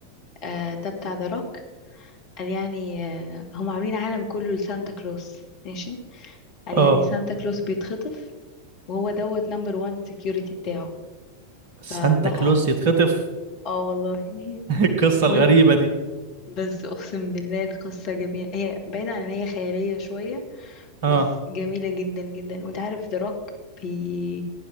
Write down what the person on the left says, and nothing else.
آه، ده بتاع ذا روك قال يعني آه، هم عاملين عالم كله لسانتا كلوس ماشي قال يعني
سانتا كلوس بيتخطف وهو دوت نمبر وان سكيورتي بتاعه
فبقى
اه والله
<laughs>
بس
بس اقسم بالله القصة جميلة هي بعيدة عن ان هي خيالية شوية
بس جميلة جدا جدا وانت عارف ذا روك بي...